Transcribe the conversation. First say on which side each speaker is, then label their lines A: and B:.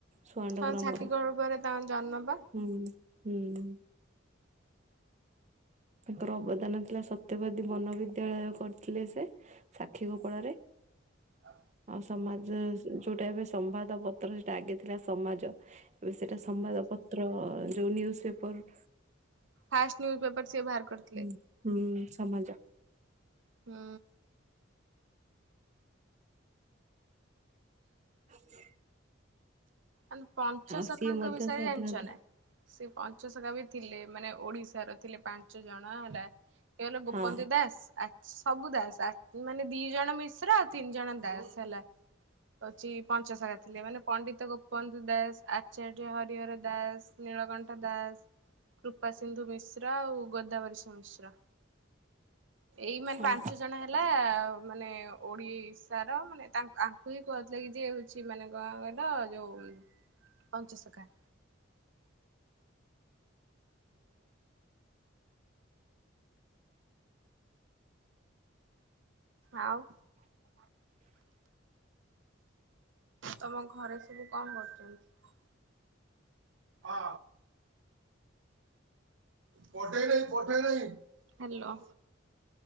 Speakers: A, on the right; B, on the right.
A: ସୁଆଣ୍ଡ
B: ହଁ
A: ଗ୍ରାମରୁ,
B: ସାକ୍ଷୀ ଗଳ୍ପରେ ତାଙ୍କ ଜନ୍ମ ପା
A: ହୁଁ ହୁଁ। ତାଙ୍କର ଅବଦାନ ଥିଲା ସତ୍ୟବାଦୀ ବନବିଦ୍ୟାଳୟ କରିଥିଲେ ସେ ସାକ୍ଷୀଗୋପାଳାରେ।
B: ଅଁ
A: ଆଉ ସମାଜ ଯୋଉଟା ଏବେ ସମ୍ବାଦ ପତ୍ର ସେଇଟା ଆଗେ ଥିଲା ସମାଜ। ଏବେ ସେଇଟା ସମ୍ବାଦ ପତ୍ର ଯୋଉ ନ୍ୟୁଜ ପେପର୍।
B: ଫାଷ୍ଟ ନ୍ୟୁପେପର ସେ ବାହାର କର
A: ହୁଁ ହୁଁ ସମାଜ।
B: ହୁଁ।
A: <unintelligible>
B: ଆଲ ପଞ୍ଚଶଖାଙ୍କ
A: ଆଉ ସିଏ ମଧ୍ୟ
B: ବିଷୟ
A: ସ୍ଵାଧୀନତା
B: ରେ ଜାଣିଛ ନା? ସେ ପଞ୍ଚଶଖା ବି ଥିଲେ, ମାନେ ଓଡିଶାର ଥିଲେ ପାଞ୍ଚ ଜଣ ହେଲା। ସିଏ ହେଲେ ଗୋପବନ୍ଧୁ
A: ହଁ
B: ଦାସ ଆ ସବୁ ଦାସ ଆ ମାନେ ଦି ଜଣ ମିଶ୍ର ତିନି ଜଣ ଦାସ୍ ହେଲା ହଉଛି ପଞ୍ଚସଖା ଥିଲେ ମାନେ ପଣ୍ଡିତ ଗୋପବନ୍ଧୁ ଦାସ ଆଚ୍ ଆଚାର୍ଯ୍ୟ ହରିହର ଦାସ, ନୀଳକଣ୍ଠ ଦାସ, କୃପା ସିନ୍ଧୁ ମିଶ୍ର, ଆଉ ଗୋଦ୍ ଗୋଦାବରୀଶ ମିଶ୍ର ଏଇ ମାନେ
A: ହଁ
B: ପାଞ୍ଚ ଜଣେ ହେଲା ମାନେ ଓଡି ସାର ମାନେ ତା ଆଙ୍କୁ ହିଁ କୁହା ହଉଥିଲା କି ଯେ ହଉଛି ମାନେ ଗଁ କଇଲ ଯୋଉ ପଞ୍ଚସଖା। ଆଉ ତମ ଘରେ ସବୁ କଣ କରୁଛନ୍ତି? ଅ ପଠେଇ ଦେ ପଠେଇ ଦେ ହାଲୋ।